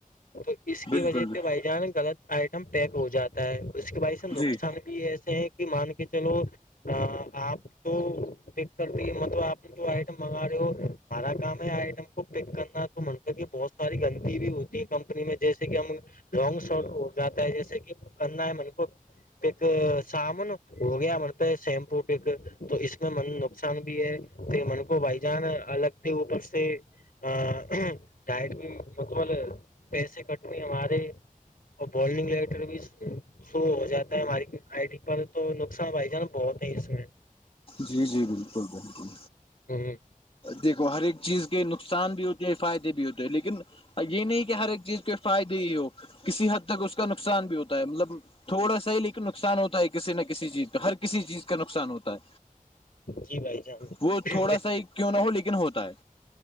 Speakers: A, on the left; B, on the left.
A: تو اس کی
B: بالکل
A: وجہ
B: بالکل،
A: سے بھائی جان غلط آئٹم پیک ہو جاتا اس کے بع سے نقصان
B: جی
A: بھی ایسے ہیں کہ مان کے چلو آپ تو پک کرتی ہے ملب آپ آئٹم منگا رہے ہو ہمارا کام ہے آئٹم کو پک کرنا منتا کہ بہت ساری گندی بھی ہوتی ہے کمپنی میں جیسے کہ ہم رانگ شارٹ ہو جاتا ہے جیسے کہ کرنا ہے من کو پ ایک سامن ہو گیا من پہ شیمپو پ ایک تو اس میں من نقصان بھی ہے پ من کو بھائی جان الگ تھے اوپر سے ا ڈائٹ بھی مطبل پیسے کٹنے ہمارے اور بالنگ لٹر بھی شروع ہو جاتا ہے ہماری آئی ٹی پر تو نقصان بھائی جان بہت ہے اس میں
B: جی جی بالکل بالکل
A: ہوں
B: دیکھو ہر ایک چیز کے نقصان بھی ہوتے ہیں فائدے بھی ہوتے ہیں لیکن یہ نہیں کہ ہر ایک چیز کے فائدے ہی ہو کسی حد تک اس کا نقصان بھی ہوتا ہے مطلب تھوڑا سا ہی لیکن نقصان ہوتا ہے کسی نہ کسی چیز کا ہر کسی چیز کا نقصان ہوتا ہے
A: جی بھائی جان
B: وہ
A: ہ
B: تھوڑا سا ہی کیوں نہ ہو لیکن ہوتا ہے